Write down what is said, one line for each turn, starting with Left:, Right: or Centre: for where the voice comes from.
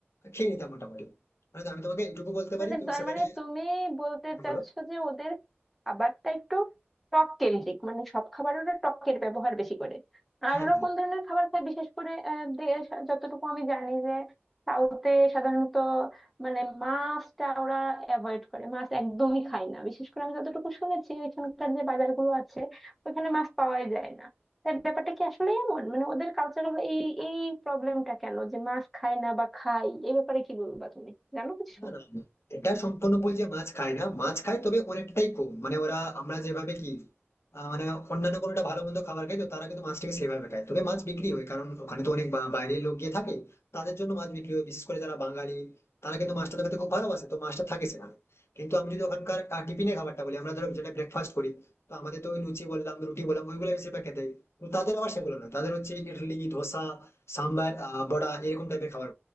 Left: খেয়ে নিতাম মোটামুটি মানে আমি তোমাকে এইটুকু বলতে
Centre: মানে
Left: পারি তুমি
Centre: তার
Left: সেখানে
Centre: মানে তুমি বলতে চাচ্ছো
Left: বলো
Centre: যে ওদের খাবারটা একটু টক কেন্দ্রিক মানে সব খাবার ওরা টকের ব্যবহার বেশি করে আর
Left: হ্যাঁ
Centre: ওরা কোন ধরনের খাবার খায় বিশেষ করে আহ, দেশ যতটুকু আমি জানি যে সাউথে সাধারণত মানে মাছটা ওরা অ্যাভয়েড করে মাছ একদমই খায় না বিশেষ করে আমি যতটুকু শুনেছি ওইখানকার যে বাজারগুলো আছে ওইখানে মাছ পাওয়াই যায় না তাই ব্যাপারটা কি আসলে এমন মানে ওদের কালচারাল এই এই প্রবলেমটা কেন যে মাছ খায় না বা খায় এই ব্যাপারে কি বলবা তুমি জানো কিছু
Left: না না না, এটা সম্পূর্ণ ভুল যে মাছ খায় না মাছ খায় তবে অনেকটাই কম মানে ওরা আমরা যেভাবে কি আহ, মানে অন্যান্য কোনোটা ভালো মন্দ খাবার খাই তো তারা কিন্তু মাছটাকে সেভাবে খায় তবে মাছ বিক্রি হয় কারণ ওখানে তো অনেক বা- বাইরের লোক গিয়ে থাকে তাদের জন্য মাছ বিক্রি হয় বিশেষ করে যারা বাঙালি তারা কিন্তু মাছটা খেতে খুব ভালোবাসে তো মাছটা থাকে সেখানে কিন্তু আমি যদি ওখানকার আহ, টিফিনে খাবারটা বলি আমরা ধরো যেটা ব্রেকফাস্ট করি তো আমাদের তো ওই লুচি বললাম রুটি বললাম ওইগুলো বেশিরভাগ খেতে হয়। তো তাদের আবার সেগুলো না তাদের হচ্ছে ইডলি ধোসা সাম্বার আহ, বড়া এরকম টাইপের খাবার